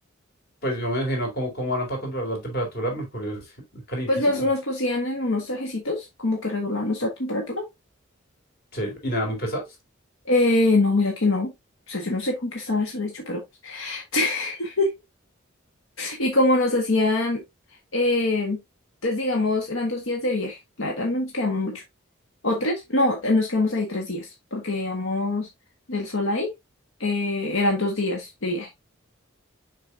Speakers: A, on the left; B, on the left.
A: Pues yo me imagino cómo, cómo harán para controlar la temperatura. Mercurio es calientísimo.
B: Pues nos, nos pusían en unos trajecitos, como que regulaban nuestra temperatura.
A: Sí, y nada, muy pesados.
B: Eh, no, mira que no. O sea, yo no sé con qué estaba eso, de hecho, pero pues. <laughs> Y como nos hacían, eh, entonces digamos, eran dos días de viaje. La verdad no nos quedamos mucho. ¿O tres? No, eh, nos quedamos ahí tres días, porque íbamos del sol ahí, eh, eran dos días de viaje.